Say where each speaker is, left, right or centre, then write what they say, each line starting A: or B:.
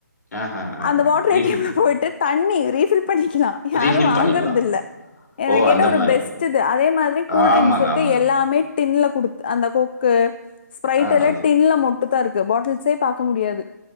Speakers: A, on the left (about 60°); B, on the left (about 30°).
A: ஆஹா ஆ
B: அந்த
A: ஆ
B: வாட்டர்
A: ரீஃபில்
B: டீம்
A: பண்
B: போயிட்டு தண்ணி ரீஃபில் பண்ணிக்கலா யாரும்
A: ரீஃபில்
B: வாங்கறது
A: பண்ணிக்கலா
B: இல்ல என
A: ஓ
B: கேட்ட
A: அந்த
B: ஒரு
A: மாரி
B: பெஸ்ட் இது அதே மாதிரி கூல்
A: ஆமாங்க
B: ட்ரிங்க்ஸ் இருக்கு
A: ஆமாங்க
B: எல்லாமே டின்ல குடுத்து அந்த கொக்கு ஸ்பரைட்
A: ஆ
B: எல்லா
A: அது
B: டின்ல மொட்டு தான் இருக்கு பாட்டில்ஸே பாக்க முடியாது